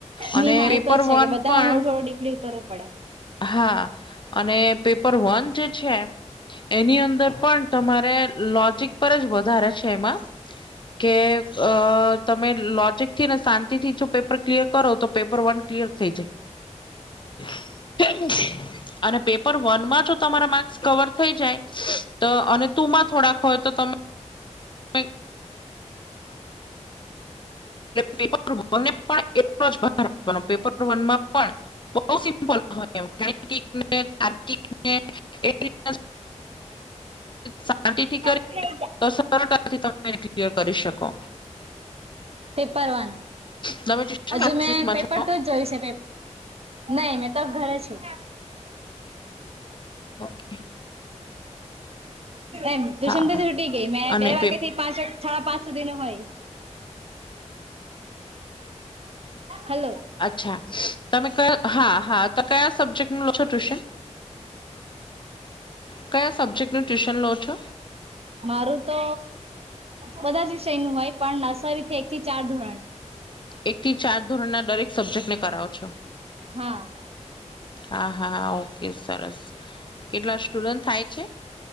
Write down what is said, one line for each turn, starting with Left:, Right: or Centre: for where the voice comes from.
Left: અને
Right: નહી હા
Left: પેપર
Right: એ તો જ છે
Left: વન
Right: કે બધામાં
Left: પણ
Right: થોડું થોડું ડીપલી ઉતરવું પડે
Left: હા અને પેપર વન જે છે, એની અંદર પણ તમારે લોજિક પર જ વધારે છે એમાં કે અ તમે લોજિકથી ને શાંતિ થી જો પેપર ક્લિયર કરો તો પેપર વર્ક ક્લિયર થઈ જાય. <unintelligible> અને પેપર વન માં જો તમારા માર્ક્સ કવર થઈ જાય તો અને ટુમાં થોડાક હોય તો તમે <unintelligible> એ પેપ વને પણ એટલો જ ભાર આપવાનો પેપર વનમાં પણ બહુ સિમ્પલ હોય એને તાર્કિકને એ તને શાંતિથી કરી
Right: <unintelligible>
Left: સરતાથી તમે ક્લીયર કરી શકો.
Right: પેપર વન
Left: તમે ટ્યુશન ક્લાસીસમાં
Right: હજે મેં પેપર
Left: છો
Right: જોય છે, નહી મેં તો ઘરે છું.
Left: ઓકે
Right: એમ દુસનથી
Left: આહા.
Right: છૂટી ગઈ મેં
Left: અને
Right: બે વાગ્યા
Left: પેપ-
Right: થી પાંચ સાડા પાંચ સુધી નો હોય. હલો
Left: અચ્છા તમે ક હા હા તો કયા સબ્જેક્ટ ન લો છો ટ્યુશન કયા સબ્જેક્ટનું ટ્યુશન લો છો,
Right: મારું તો બધા જ વિષયનું હોય પણ નાસારી એક થી ચાર ધોરણ
Left: એક થી ચાર ધોરણના દરેક સબ્જેક્ટને કરાવો છો.
Right: હા
Left: હા હા હા ઓકે સરસ કેટલા સ્ટુડન્ટ થાય છે.